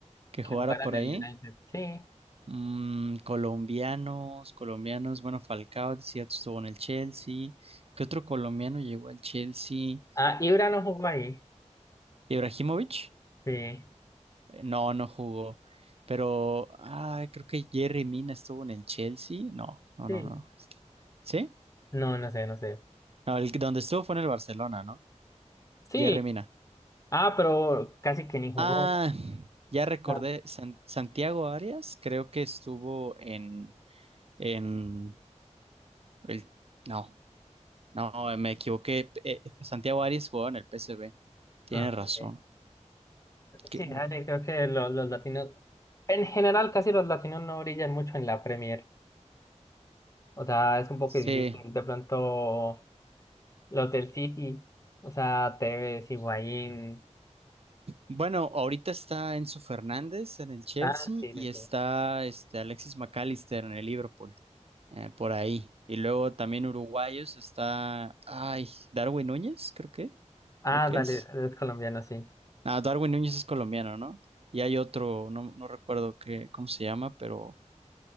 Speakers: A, on the right; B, on the left.
A: Que
B: que
A: jugara
B: jugara
A: por
B: en
A: ahí.
B: el United. Sí.
A: Mm, colombianos, colombianos, bueno, Falcao, decía, estuvo en el Chelsea. ¿Qué otro colombiano llegó al Chelsea?
B: Ah, Ibra no jugó ahí.
A: ¿Ibrahimovic?
B: Sí,
A: Eh, No, no jugó. Pero, ah, creo que Jerry Mina estuvo en el Chelsea. No, no,
B: sí.
A: no, no. ¿Sí?
B: No, no sé, no sé.
A: No, el, donde estuvo fue en el Barcelona, ¿no?
B: Sí.
A: Jerry Mina.
B: Ah, pero casi que ni jugó.
A: Ah, ya recordé,
B: Ah,
A: San- Santiago Arias creo que estuvo en, en el... No. No, eh, me equivoqué. Eh, Santiago Arias jugaba en el PSV. Tienes
B: ah,
A: razón.
B: sí.
A: Que-
B: Sí, dale, creo que los, los latinos, en general, casi los latinos no brillan mucho en la Premier. O sea, es un poco
A: Sí.
B: difícil. De pronto, los del City, o sea, Tevez, Higuaín.
A: Bueno, ahorita está Enzo Fernández en el Chelsea
B: Ah, sí,
A: y
B: sí,
A: está
B: sí.
A: este, Alexis McAllister en el Liverpool. eh, por ahí. Y luego también uruguayos está. Ay, Darwin Núñez, creo que.
B: Ah,
A: Creo que
B: dale,
A: es.
B: los colombiano sí.
A: Ah, Darwin Núñez es colombiano, ¿no? Y hay otro, no, no recuerdo qué, cómo se llama, pero